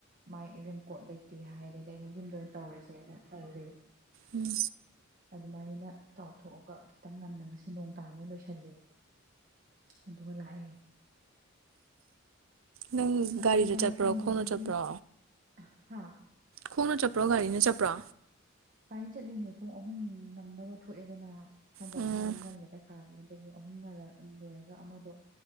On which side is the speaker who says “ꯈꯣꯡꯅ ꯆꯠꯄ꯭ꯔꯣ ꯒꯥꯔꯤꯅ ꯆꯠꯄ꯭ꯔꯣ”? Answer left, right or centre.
Right